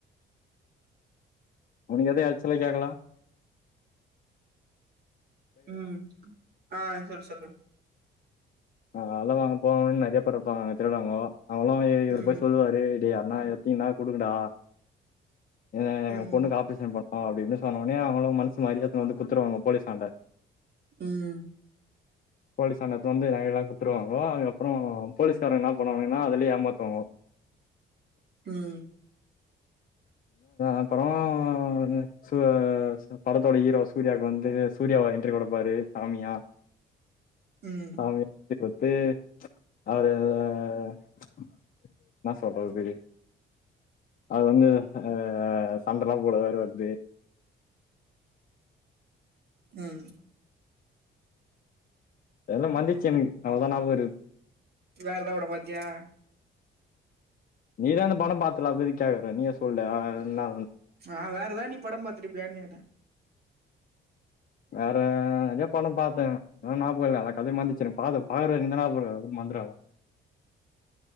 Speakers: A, on the left (about 45°); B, on the right (about 55°).
A: உனக்கு எதோ எரச்சலா கேக்ல
B: உம் ஆஹ் சொல் சொல்
A: ஆஹ் அதா நாங்க போனவுனே நெறையப்பேறுப்பாங்க திருவிழாங்கோ அவளாம் இவரு
B: ம்
A: போய் சொல்லுவாரு இடியா நா எத்தினினா குடுங்கடா ஏங்க
B: ம்
A: என் பொண்ணுக்கு ஆப்ரேஷன் பண்ண ஆ அப்டினு சொன்ன ஒடனே அவங்களும் மனசு மாரி வந்து குத்துருவாங்க போலீஸ் ஆண்ட
B: ம்
A: போலீஸாண்ட எத்து வந்து நக எல்லா குடுத்துருவாங்கோ அது அப்புறம் போலீஸ்காரங்க என்ன பண்ணுவாங்கன்னா அதுலயே ஏமாத்துவாங்கோ
B: உம்
A: அப்புறம் <unintelligible> படத்தோட ஹீரோ சூர்யா வந்து சூர்யாவ என்றி குடுப்பாரு சாமியா
B: ம்
A: <unintelligible> குடுத்து பன்ச் அவர நா ப்ச் னா சொல்றது அது வந்து அஹ் சண்டல்லா போடுவாரு வந்து
B: உம்
A: எல்லா மந்துச்சு எனக்கு அவ்ளோதா ஞாபகருக்
B: வேற எத பட பாத்தியா
A: நீதான பணம் பாத்துல அப்டி கேக்கற நீயே சொல்லு ஆன்னா
B: அ வேறதா நீ படம் பாத்திருப்பியான்னு கேட்ட
A: வேற நெறைய படம் பாத்தே அத நாபகல்லா கதைய மாந்தச்சு நெறைய பாப்ப மந்துற